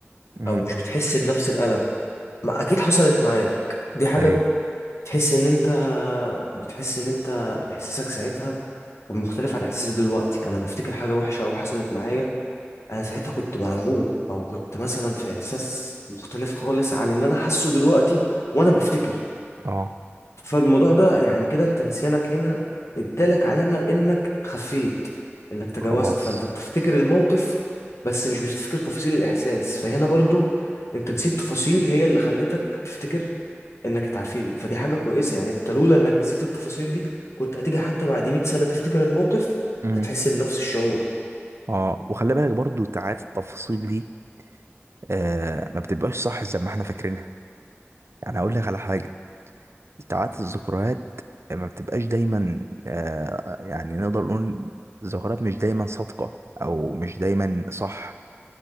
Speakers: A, on the right; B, on the left.
A: امم
B: او مش بتحس بنفس الألم ما اكيد حصلت معاك دي حاجة
A: ايوه
B: تحس ان انت بتحس ان انت احساسك ساعتها كان مختلف عن احساسي دلوقتي انا بفتكر حاجه وحشه او حصلت معايا انا ساعتها كنت مرعوب او كنت مثلا في احساس مختلف خالص عن اللي انا حاسه دلوقتي وانا بفتكر
A: اه
B: فالموضوع ده يعني كده انت نسيانك هنا ادالك علامة انك خفيت انك تجاوزت
A: خلاص
B: فانت بتفتكر الموقف بس مش بتفتكر تفاصيل الاحساس فهنا برضو انت نسيت تفاصيل هي اللي خلتك تفتكر انك اتعافيت فدي حاجة كويسة يعني انت لولا انك نسيت التفاصيل دي كنت هتيجي حتى بعد 100 سنة تفتكر الموقف
A: امم
B: هتحس بنفس الشعور
A: اه وخلي بالك برضو ساعات التفاصيل دي آه ما بتبقاش صح زي ما احنا فاكرينها يعني اقول لك على حاجه ساعات الذكريات ما بتبقاش دايما آه يعني نقدر نقول الذكريات مش دايما صادقه او مش دايما صح